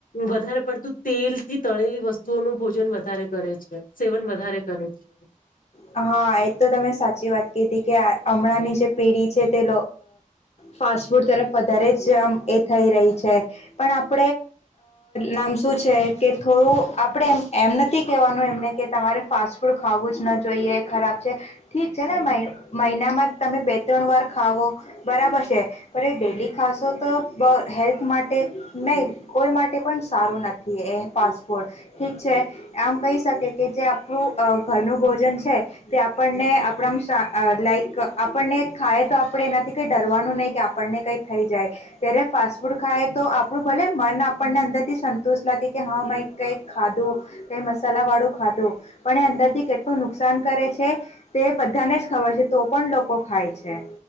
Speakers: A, on the left; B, on the left.
A: વધારે પડતું તેલથી તળલી વસ્તુઓનું ભોજન વધારે કરે છે, સેવન વધારે કરે છે.
B: હા. એજ તો તમે સાચી વાત કિધી કે હમણાં ની જે પેઢી છે, ફાસ્ટ ફૂડ તરફ વધારે જ એ થઈ રહી છે પણ- આપ નામ શું છે કે, થોડું આપણે એમ નથી કેવાનું એમને કે તમારે ફાસ્ટ ફૂડ ખાવું જ નવા જોઈએ ખરાબ છે, ઠીક છે ને ભાઈ મહિનામાં તમે બે ત્રણ વાર ખાવો બરાબર છે, પણ ડેલી ખાસો તો હેલ્થ માટે નહી કોઈ માટે પણ સારું નથી એ ફફોડ ઠીક છે આમ કહી શકે કે જે આપણું ઘરનું ભોજન છે તે આપણને આપણા લાઈક આપણને ખાય તો આપણે એનાથી કંઈ ડરવાનું નહીં કે આપણને કંઈક થઈ જાય ત્યારે ફાસ્ટ ફૂડ ખાય તો આપણું ભલે મન આપણને અંદરથી સંતોષ્ટ લાગે કે હા મેં કંઈક ખાધું કઈ મસાલા વાળો ખાધો પણ એ અંદરથી કે નુકસાન કરે છે તે બધાને જ ખબર છે તો પણ લોકો ખાય છે